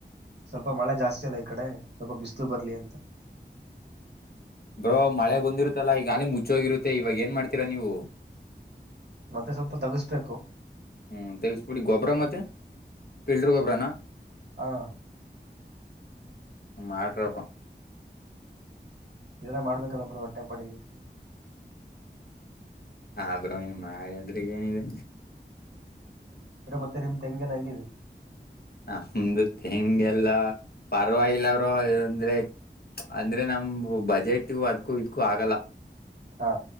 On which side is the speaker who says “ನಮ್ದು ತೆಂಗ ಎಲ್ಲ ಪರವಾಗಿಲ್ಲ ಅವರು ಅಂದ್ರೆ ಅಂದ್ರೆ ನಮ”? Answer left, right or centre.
Left